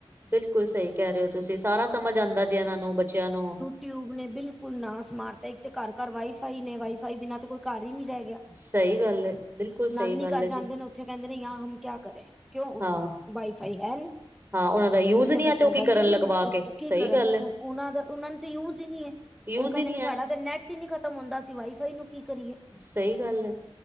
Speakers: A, on the right; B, in the centre.
A: ਬਿਲਕੁਲ ਸਹੀ ਕਹਿ ਰਹੇ ਹੋ ਤੁਸੀਂ ਸਾਰਾ ਸਮਝ ਆਂਦਾ ਏ ਜੀ ਇਹਨਾਂ ਨੂੰ ਬੱਚਿਆਂ ਨੂੰ।
B: ਟਿਊਬ ਨੇ ਬਿਲਕੁਲ ਨਾਸ ਮਾਰਤਾ ਇੱਕ ਤੇ ਘਰ-ਘਰ ਵਾਈਫਾਈ ਨੇ ਵਾਈਫਾਈ ਬਿਨਾਂ ਤਾਂ ਕੋਈ ਘਰ ਹੀ ਨਹੀਂ ਰੇ।
A: ਸਹੀ ਗੱਲ
B: <inaudible>
A: ਏ। ਬਿਲਕੁਲ
B: ਨਾਨੀ
A: ਸਹੀ ਗੱਲ
B: ਘਰ
A: ਹੈ
B: ਜਾਂਦੇ
A: ਜੀ
B: ਨੇ ਉੱਥੇ ਕਹਿੰਦੇ ਨੇ ਯਹਾਂ ਹਮ ਕਿਆ ਕਰੇ ਕਿਉਂ ਉੱਥੇ
A: ਹਾਂ।
B: ਵਾਈਫਾਈ ਹੈ ਨੀ
A: ਹਾਂ ਉਹਨਾਂ ਦਾ ਯੂਜ
B: ਉੱਥੇ
A: ਨੀ ਹੈ
B: ਬੱਚਿਆਂ
A: ਤੇ ਉਹ ਕੀ
B: ਦਾ
A: ਕਰਨ
B: ਦਿਲ
A: ਲਗਵਾ
B: ਈ ਨੀ ਉਹ-ਉਹ
A: ਕੇ
B: ਕੀ
A: ਸਹੀ
B: ਕਰਨ।
A: ਗੱਲ ਏ
B: ਉਹਨਾਂ ਦਾ ਉਹਨਾਂ ਨੂੰ ਤਾਂ ਯੂਜ ਹੀ ਨਹੀਂ ਐ।
A: ਯੂਜ
B: ਉਹ ਕਹਿੰਦੇ
A: ਹੀ ਨੀ
B: ਨੇ
A: ਹੈ।
B: ਸਾਡਾ ਤੇ ਨੈੱਟ ਹੀ ਨਹੀਂ ਖਤਮ ਹੁੰਦਾ ਸੀ ਵਾਈਫਾਈ ਨੂੰ ਕੀ ਕਰੀਏ।
A: ਸਹੀ ਗੱਲ ਹੈ।